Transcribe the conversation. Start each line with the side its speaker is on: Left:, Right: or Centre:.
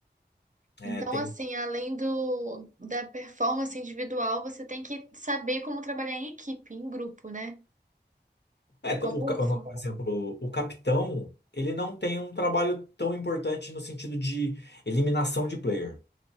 Left: é,
Right: Então,
Left: tem.
Right: assim, além do da performance individual, você tem que saber como trabalhar em equipe, em grupo, né?
Left: é, t-
Right: Como...
Left: o, ca-
Right: Sim.
Left: não, por exemplo, o capitão, ele não tem um trabalho tão importante no sentido de eliminação de player.